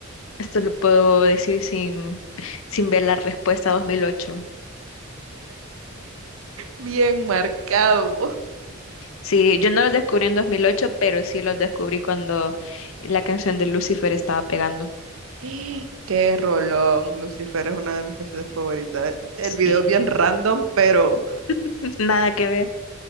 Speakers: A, on the left; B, on the right.
A: Esto lo puedo decir sin, sin ver la respuesta dos mil ocho
B: Bien marcado.
A: Sí, yo no los descubrí en 2008 pero sí los descubrí cuando la canción de Lucifer estaba pegando.
B: <gasps> <laughs> Qué rolón. Lucifer es una de mis canciones favoritas. El
A: Sí,
B: video bien random, pero
A: <laughs> nada que ver.